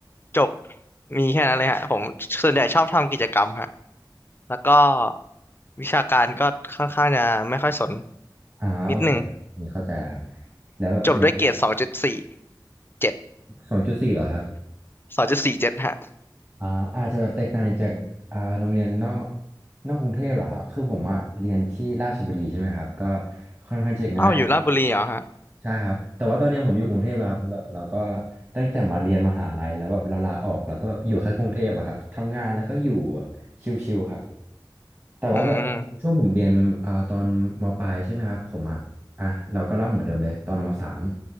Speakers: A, on the left; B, on the right.
A: จบมีแค่นั้นเลยฮะผมส่วนใหญ่ชอบทำกิจกรรมฮะแล้วก็วิชาการก็ค่อนข้างจะไม่ค่อยสน
B: อ่าโอเคครับนี่เข้าใจแล้วครับ
A: นิดหนึ่ง
B: แล้วแบบเด็ก
A: จบด้วยเกรดสองจุดสี่เจ็ด
B: สองจุดสี่เหรอครับ
A: สองจุดสี่เจ็ดฮะ
B: อ่าอาจจะแบบแตกต่างจากอ่าโรงเรียนนอกนอกกรุงเทพเหรอครับคือผมอะเรียนที่ราชบุรีใช่ไหมครับก็ค่อนข้างจะง่าย
A: อ้าวอยู่ราชบุรีเหรอฮะ
B: ใช่ครับแต่ว่าตอนนี้ผมอยู่กรุงเทพแล้วครับแบบเราก็ตั้งแต่มาเรียนมหาลัยแล้วแบบเราลาออกแล้วก็แบบอยู่แค่กรุงเทพอะครับทำงานแล้วก็อยู่แบบชิลๆครับ แต่ว่าแบบช่วงผมเรียนอ่าตอนมปลายใช่ไหมครับผมอ่ะอ่ะเราก็เล่าเหมือนเดิมเลยตอนมสาม
A: อืม